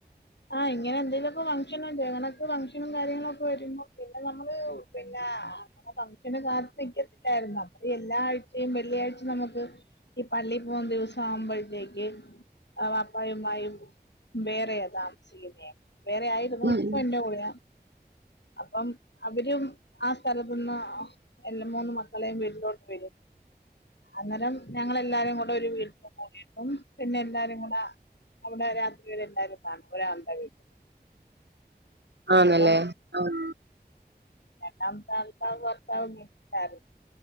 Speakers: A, on the left; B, on the right.
A: ആഹ് ഇങ്ങനെ എന്തെലുമൊക്ക ഫംഗ്ഷൻ ഇതെ കണക്ക് ഫംഗ്ഷനും കാര്യങ്ങളും ഒക്കെ വരുമ്പോ പിന്നെ നമ്മള് പിന്നെ ആഹ് ഫംഗ്ഷന് കാത്ത് നിക്കത്തില്ലായിരുന്നോ അപ്പം ഈ എല്ലാ ആഴ്ച്ചയും വെള്ളിയാഴ്ച്ച നമുക്ക് ഈ പള്ളി പോകുന്ന ദിവസം ആവുമ്പോഴത്തേക്ക് ആ വാപ്പായും ഉമ്മായും വേറെയാ താമ സിക്കുന്നേ വേറെ ആയിരുന്നു
B: ഉം
A: ഇപ്പൊ എന്റെ കൂടയാ അപ്പം അവരും ആ സ്ഥലത്ത് ന്ന് ആഹ് രണ്ട് മൂന്ന് മക്കളെയും വീട്ടിലോട്ട് വരും അന്നേരം ഞങ്ങൾ എല്ലാരും കൂടെ ഒരു വീട്ടിൽ കൂടിയിട്ട് അപ്പം പിന്നെ എല്ലാരും കൂടെ അവിടെ രാത്രി വരെ എല്ലാവരും കാണും ഒരാള്ടെ വീട്ടിൽ
B: ആണ്ല്ലേ
A: അപ്പം
B: ആഹ്
A: രണ്ടാമത്തെ ആളുടെ ഭർത്താവ് ഗൾഫിൽ ആയിരുന്നു